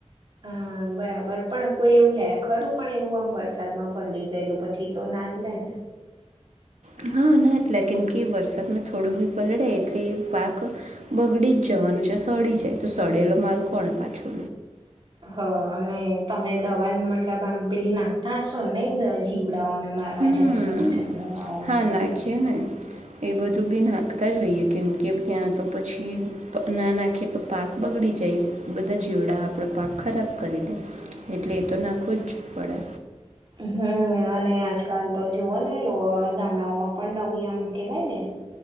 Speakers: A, on the right; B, on the right.
A: હા બરાબર પણ કોઈ એવું લે ખરું પણ એવું આમ વરસાદમાં પડી ગયેલું પછી તો ના જ લે ને
B: હ ના એટલે કેમ કે વરસાદમાં થોડું બ પલડે એટલે પાક બગડી જ જવાનું છે સડી જાય તો સડેલો માલ કોણ પાછો
A: હ અને તમે દવા મતલબ આમ પેલી નાખતા હશો નહીવા જીવ દીડાઓને મારવા
B: હમ્મ.
A: જંતુનાશક દવાઓને
B: હા,
A: બધું
B: નાખીએ ને. એ બધું બી નાખતા જોઈએ કેમ કે ત્યાં તો પછી ના નાખે તો પાક બગડી જાય બધા જીવડા આપણો પાક ખરાબ કરી દે એટલે એ તો નાખો જ પડે
A: હમ અને આજકાલ તો જુઓ ને લો ગામડાઓમાં પણ નવી આમ કેહેવાય ને